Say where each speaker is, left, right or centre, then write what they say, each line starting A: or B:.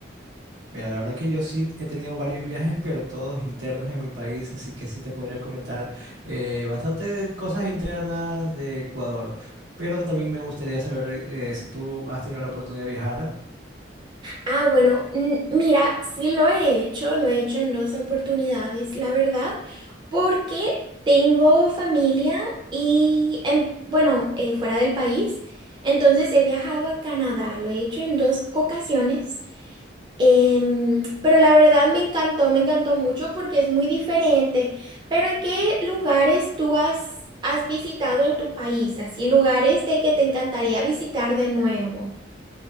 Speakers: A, on the right; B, on the right.
A: Mira, la verdad que yo sí he tenido varios viajes, pero todos internos en mi país, así que sí te podría comentar eh, bastante cosas internas de Ecuador. Pero también me gustaría saber eh, si tú has tenido la oportunidad de viajar.
B: Ah, bueno, mm, mira, sí lo he hecho, lo he hecho en dos oportunidades, la verdad, porque tengo familia y, en, bueno, eh, fuera del país, entonces he viajado a Canadá, lo he hecho en dos ocasiones, em, pero la verdad me encantó, me encantó mucho porque es muy diferente. Pero ¿en qué lugares tú has, has visitado en tu país? Así, lugares de que te encantaría visitar de nuevo.